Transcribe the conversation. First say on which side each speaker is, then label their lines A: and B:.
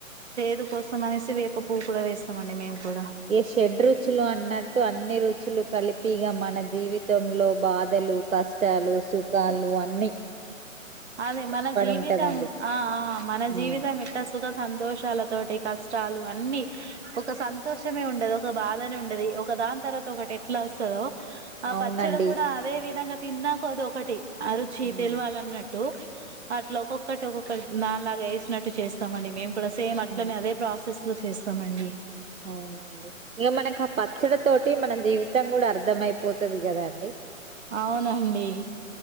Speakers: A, on the right; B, on the right.
A: ది కోసం అనేసి వేపు పూకులు వేస్త అవునండి మేము కూడా
B: ఏ షడ్ రుచులు అన్నట్టు అన్ని రుచులు కలిపి ఇగ మన జీవితంలో బాధలు, కష్టాలు, సుఖాలు అన్నిీ
A: అదే మన జీవితం
B: ఉంటదండి
A: ఆ మన జీవితం
B: ఉమ్
A: ఎత్త సుఖ సంతోషాలతోటి కష్ట స్టలు అన్నిీ ఒక సంతోషమే ఉంటే ఏదో ఒక బాధనే ఉండేది ఒక దాని తర్వాత ఒకటి ఎట్లా వస్తుందో ఆ
B: అవునండి
A: పచ్చడి కూడా అదే విధంముగ. తిన్నాక అద ఒకటి అ
B: ఉమ్
A: తెలివాలన్నట్టు అట్లా ఒక్కొక్కటి ఒక్కొక్కటి దలాగా వేసినట్టు చేస్తామండి మేం కూడా సేమ్ అట్లనే
B: ఆ
A: అదే ప్రాసెస్ చేస్తామండి
B: అవునండి ఇక మనకి ఆ పచ్చడి తోటి మన జీవితం కూడా అర్థ అయిపోతది కదా అండి.
A: అవునండి